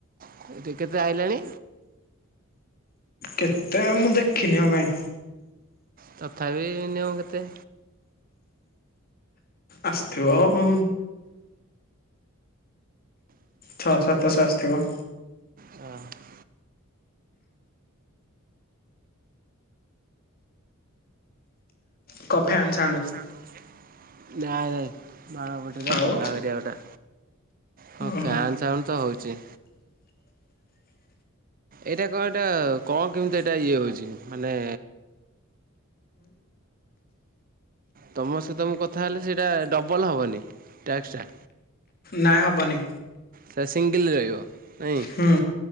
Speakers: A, on the right (about 40°); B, on the left (about 45°).
A: <unintelligible> କେତେ ଆଇଲାଣି?
B: କେତେ ଆଉ ମୁଁ ଦେଖିନି ଆଉ କାଇଁ।
A: ତଥାପି ମିନିମମ୍ କେତେ?
B: ଆସିଥିବ ଆଉ। ଛଅ ସାତଶହ ଆସିଥିବ।
A: ହଁ।
B: କ ଫ୍ୟାନ୍ ସ୍
A: ନାଇଁ ନାଇଁ ବାଣ ଫୁଟିଲା
B: ଆଉ
A: ତ ବାହାଘର ଗୋଟେ। ହଁ
B: ଓହୋ।
A: ଫ୍ୟାନ ସାଉଣ୍ଡ ତ ହଉଛି।
B: <inaudible>
A: ଏଇଟା କଣ ଏଇଟା କଣ କେମିତି ଏଇଟା ଇଏ ହେଉଛି ମାନେ ତୁମ ସହିତ ମୁଁ କଥା ହେଲେ ସେଇଟା ଡବଲ୍ ହେବନି ଟ୍ୟାକ୍ସଟା?
B: ନାଇଁ ହବନି।
A: ସେ ସିଙ୍ଗିଲ ରହିବ ନାଇଁ?
B: ହୁଁ